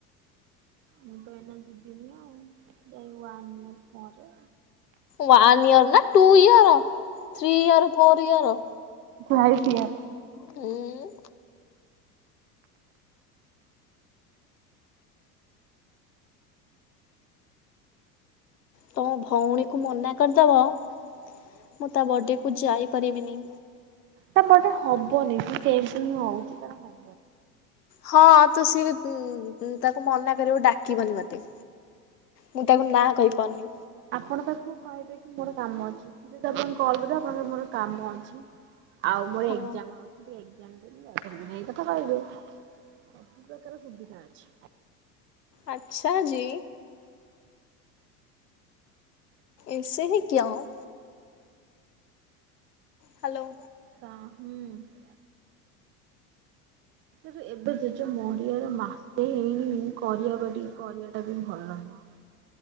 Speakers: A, on the right; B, on the left.
A: ମୁଁ ତ ଏଇନା ଯିବିନି ଆଉ ଯାଇ ୱାନ ଇଅର ପରେ।
B: ୱାନ୍ ଇୟର ନା two year three year four year.
A: ଘାଇଛିିଆ <inaudible>
B: ହୁଁଉଁ। ତମ ଭଉଣୀକୁ ମନା କରିଦବ ମୁଁ ତା ବର୍ଥଡେକୁ ଯାଇପାରିବିନି।
A: ଟା ମୋଟେ ହବନି ତୁ ସେମିତି ହିଁ ହଉଚି ତାର ହବ
B: ହଁ ତ ସିଏ ତୁଉ ଉ ତାକୁ ମନା କରିବ ଡାକିବନି ମତେ। ମୁଁ ତାକୁ ନାଁ କହିପାରୁନି।
A: ଆପଣ ତାକୁ କହିବେ କି ମୋର କାମ ଅଛି। ଯଦି ଆପଣଙ୍କୁ କଲ କରେ ଆପଣ କଇଏ ମୋର କାମ ଅଛି ଆଉ ମୋର
B: ହଁ।
A: ଏକଜାମ ଅଛି। <unintelligible> ଏଇ କଥା କହିବେ, <unintelligible> ସୁବିଧା ଅଛି।
B: ଆଛା ଜୀ। ଏସେ ହି କିୟା ହୋ? ହ୍ୟାଲୋ।
A: <unintelligible> ସେ ଏବେ ଜେଜ ମରିଆର ମାସେ ହେଇନି କରିବା ବା ଟିକେ କରିବା ଟା ବି ଭଲ ନୁହଁ।